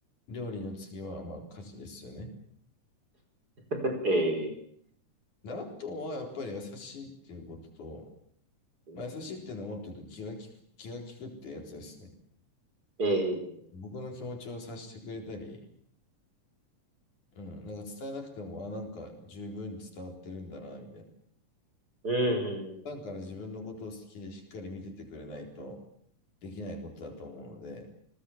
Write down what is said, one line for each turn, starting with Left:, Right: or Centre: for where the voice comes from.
Left: 料理の次はまあ家事ですよね。
Right: え
Left: で、あとはやっぱり優しいっていうことと、
Right: ー、
Left: まあ、優しいっていうのはもっと言うと気が利く、気が利くってやつですね。
Right: ええ、
Left: 僕の気持ちを察してくれたり、うん、なんか伝えなくても、あ、なんか十分に伝わってるんだな、みたいな。
Right: うん、う
Left: 普段から自分のことを好きでしっかり見ててくれないとできないことだと思うので、